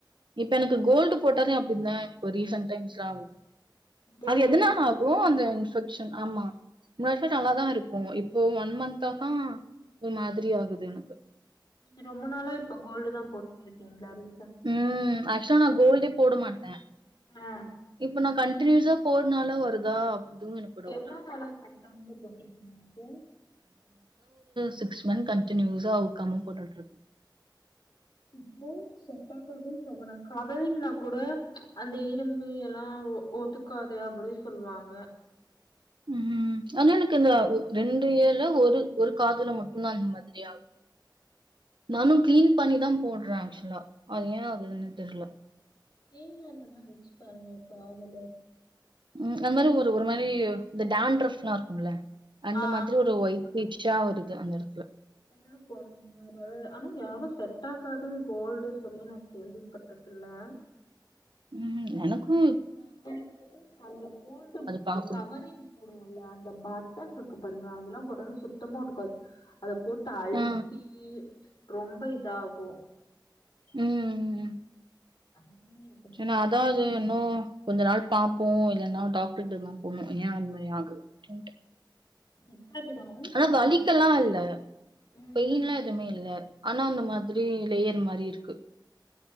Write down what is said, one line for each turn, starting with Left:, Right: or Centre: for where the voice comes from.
Right: இப்ப எனக்கு கோல்டு போட்டாலே அப்டிதா இப்ப ரீசன்ட் டைம்ஸ்ல ஆகுது
Left: கோல்டு
Right: அது எதனால
Left: போட்டா
Right: ஆகும்
Left: அப்டி
Right: அந்த ம்ச் ன்வெக்க்ஷன் ஆமா முன்ன நல்லாதா இருக்கு இப்போ ஒன் மந்தாத ஒரு மாதிரி ஆகுது எனக்கு
Left: நீங்க ரொம்ப நாளா இப்ப கோல்டு தா போட்டுட்ருக்கீங்களா ரீ
Right: உம் ஆக்சுவல் நா கோல்டே போட மாட்ட
Left: ஆ
Right: இப்ப நா கன் ன்ட்டினியூசா போட்னால வருதா அதுவும் எனக்கு டவுட்டா
Left: எவ்ளோ
Right: இருக்கு.
Left: நாளா கழட்டாமலே போட்ருக்கீங்க அத
Right: சிக்ஸ் மந்த் கண்ட்டினியூஸா அவுக்காம போட்டுட்ருக்கே
Left: <unintelligible> கவரிங்னா கூட அந்த இரும்பு எல்லா ஒ ஒத்துக்காது அப்படி சொல்வாங்க
Right: ம் ஆனா எனக்கு இந்த ஒ ரெண்டு இயர்ல ஒரு ஒரு காதுல மட்டுந்தா இந் மாதிரி ஆகுது நானு கிளீன் பண்ணிதா போட் <unintelligible> ஆக்சுலா அது ஏ ஆகுதுன் தெர்ல
Left: தேங்கா எண்ணைலா வெச்சு பாருங்க காதுல
Right: ம் அது மாரி ஒரு மாரி இந்த டான்ஃரப்ல்லா இருக்கும்ல அந்த
Left: ஆ
Right: மாதிரி ஒரு ஒய்ட் <unintelligible> இச் இச்சா வருது அந்த எட
Left: எத்தனன்னோ போடற <unintelligible> ஆனா யாரு செ ட்டாகாதுன் கோல்ட சொல்லி நா கேள்விப்பட்டதில்ல
Right: ம் எனக்கு
Left: எனக்கு அந்த கோல்டு
Right: அது பார்க்கணும்.
Left: அ, கவரிங் போடுவோல்ல அந்த பட்டன்ருக்கு பாருங்க அதெல்லா போட்டாலே சுத்தமா ஒத்துக்காது அத போட்டு அழுத்தி
Right: ஆ.
Left: ரொம்ப இதாகு
Right: ம் ம்
Left: அதுமே எனக்கு
Right: சேரி
Left: செட்
Right: நா அதாவது
Left: ஆகாது
Right: என்னோ கொஞ்ச நாள் பாப்போ இல்லனா டாக்டர்ட்ட தா போணு ஏ அந்த மாதிரி ஆகுது அப்டின்ட்டு
Left: செட்டாக்கிடும்
Right: ஆனா
Left: ம்
Right: வலிக்கல்லா இல்ல
Left: ம்
Right: பெயின்லா எதுமே இல்ல ஆனா அந்த மாதிரி லேயர் மாரி இருக்கு